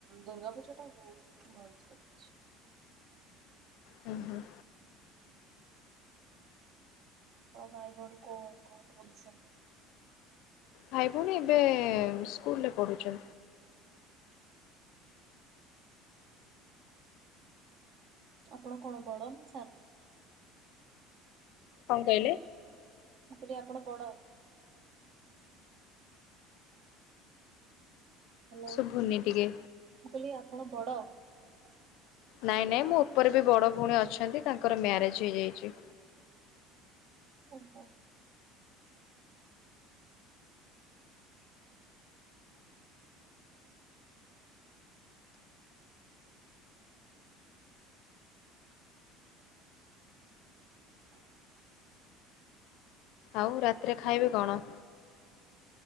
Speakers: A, on the right (about 60°); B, on the left (about 65°).
A: ଦୁର୍ଗା ପୂଜା ଟା ବହୁତ ଭଲ ସେ ଦେଖିଛି।
B: ହୁଁ, ହୁଁ।
A: ତ ମ ଭାଇଭଉଣୀ କଣ କଣ ପଢୁଛନ୍ତି?
B: ଭାଇ ଭଉଣୀ ଏବେ ସ୍କୁଲରେ ପଢୁଛନ୍ତି।
A: ଆପଣ କଣ ବଡ ନା ସାନ?
B: କଣ କହିଲେ?
A: ମୁଁ କହିଲି ଆପଣ ବଡ? ହାଲୋ,
B: ଶୁଭୁନି
A: ମୁଁ
B: ଟିକେ?
A: କହିଲି ଆପଣ ବଡ?
B: ନାଇଁ ନାଇଁ ମୋ ଉପରେ ବି ବଡ଼ ଭଉଣୀ ଅଛନ୍ତି, ତାଙ୍କର ମ୍ୟାରେଜ ହେଇଯାଇଛି।
A: ଓହୋ। <inaudible>
B: ଆଉ ରାତିରେ ଖାଇବେ କଣ?